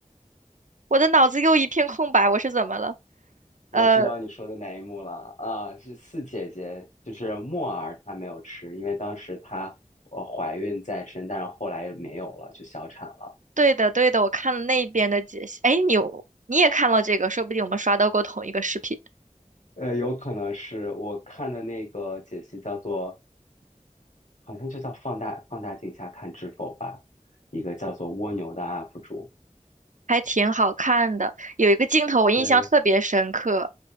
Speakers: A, on the right; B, on the left.
A: 我的脑子又一片空白，我是怎么了？
B: 我知道你说的哪一幕了啊，
A: 呃。
B: 是四姐姐，就是墨儿她没有吃，因为当时她呃怀孕在身，但是后来没有了，就小产了。
A: 对的，对的，我看了那边的解析。哎，你有你也看了这个，说不定我们刷到过同一个视频，
B: 呃，有可能是我看的那个解析叫做，好像就叫放大放大镜下看知否吧，一个叫做蜗牛的 UP 主，
A: 还挺好看的。有一个镜头我印象特别深刻，
B: 对，